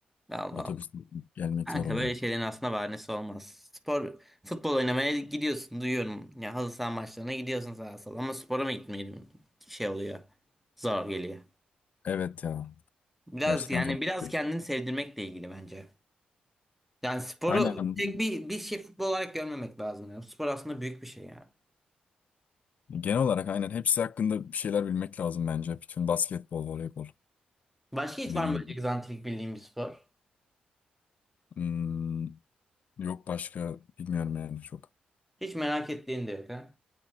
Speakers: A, in the centre; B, on the left (about 55°).
A: Allah
B: Otobüsle
A: Allah.
B: gelmek
A: Kanka
B: zor oluyor.
A: böyle şeylerin aslında bahanesi olmaz. Spor, futbol oynamaya gidiyorsun duyuyorum. Ya halı saha maçlarına gidiyorsun sağa sola ama spora mı gitmeyelim şey oluyor. Zor geliyor.
B: Evet ya.
A: Biraz
B: Gerçekten
A: yani
B: zor.
A: biraz
B: bir-
A: kendini sevdirmekle ilgili bence. Yani sporu
B: Aynen.
A: tek bir bir şey futbol olarak görmemek lazım. ya. Spor aslında büyük bir şey yani.
B: Genel olarak aynen. Hepsi hakkında bir şeyler bilmek lazım bence. Bütün basketbol, voleybol.
A: Başka hiç
B: Dediğin
A: var mı böyle
B: gibi.
A: egzantrik bildiğin bir spor?
B: Hmm, yok başka bilmiyorum yani çok.
A: Hiç merak ettiğin de yok ha?